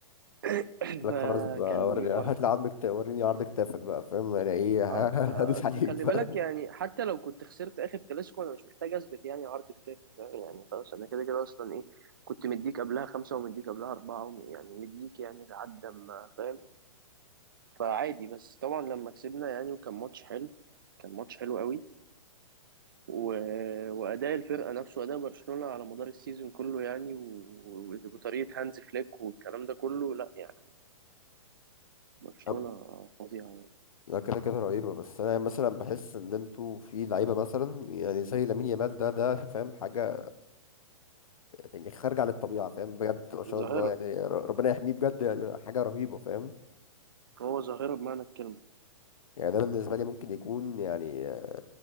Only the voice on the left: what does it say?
قال
لك خلاص بقى وري
هات لي عظمك تا- وريني عرض كتافك بقى فاهم انا ايه <laughs>
ه- ه- هدوس
عليك
بقى
أم-
لا كده كده رهيبة بس انا مثلا بحس ان انتوا في لعيبة مثلا يعني زي لامين يامال ده ده فاهم حاجة يعني خارجة عن الطبيعة فاهم بجد ما شاء
الله يعني ر- ربنا يحميه بجد يعني حاجة رهيبة فاهم
يعني ده بالنسبه لي ممكن يكون يعني آه،